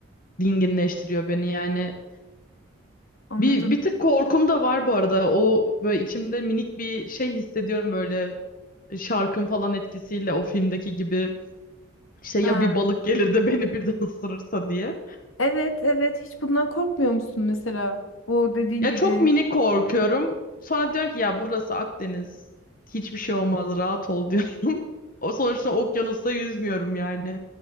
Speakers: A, on the left; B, on the left.
A: dinginleştiriyor beni yani.
B: Anladım.
A: Bir, bir tık korkum da var bu arada. O böyle içimde minik bir şey hissediyorum böyle şarkın falan etkisiyle o filmdeki gibi işte ya
B: Ha.
A: bir balık gelir de beni birden <laughs> ısırırsa diye.
B: Evet evet hiç bundan korkmuyor musun mesela? O dediğin
A: Ya
B: gibi.
A: çok minik korkuyorum. Sonra diyorum ki ya burası Akdeniz. Hiçbir şey olmaz rahat ol diyorum. <laughs> O sonuçta okyanusta yüzmüyorum yani.